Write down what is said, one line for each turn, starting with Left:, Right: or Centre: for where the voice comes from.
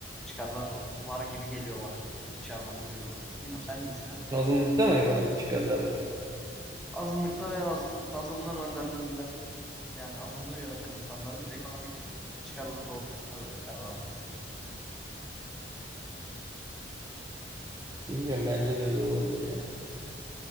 Centre: çıkarlar var gibi geliyor bana. Dışarıdan bir göz olarak. Bilmiyorum sen ne düşünüyorsun?
Right: Azınlıkta mı ekonomik çıkarlar var?
Centre: Azınlıkta veya azın, azınlığın önderlerinden Yani azınlığı yöneten insanların ekonomik çıkarları doğrultusunda böyle bir karar aldığını düşünüyorum.
Right: Bilmiyorum bence de öyle olabilir ya.